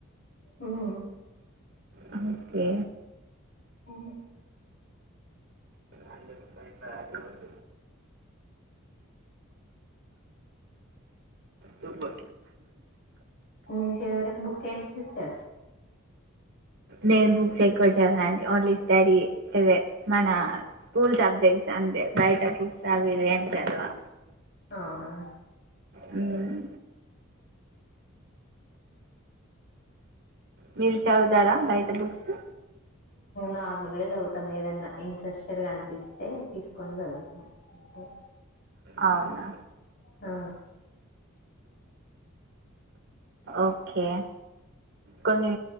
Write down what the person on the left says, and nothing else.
ఉహు
ఆ
మీ ఫేవరెట్ బుక్కెంటి సిస్టర్
అవునా
నార్మల్ గా చదువుతాం ఏదన్నా ఇంట్రెస్టెడ్గానిపిస్ ఎ తీసుకొని జరుగుతాం ఉ అప్ వాళ్ల అయ్య
ఆ